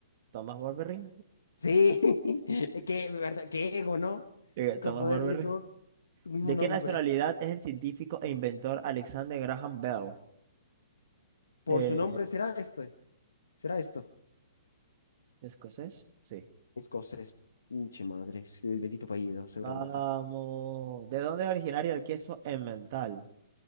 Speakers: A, on the right (about 45°); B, on the left (about 80°).
A: Thomas Burberry.
B: sí, <laughs> qué, verdad, qué ego, ¿no?
A: Eh, Thomas
B: Con ponerle
A: Burberry.
B: todo tu mismo
A: ¿De
B: nombre.
A: qué nacionalidad es el científico e inventor Alexander Graham Bell?
B: Por
A: Eh,
B: su nombre será este, será esto.
A: ¿escocés? Sí.
B: Escocés, pinche madre, es el bendito apellido, seguramente.
A: Vamos. ¿De dónde es originario el queso emmental?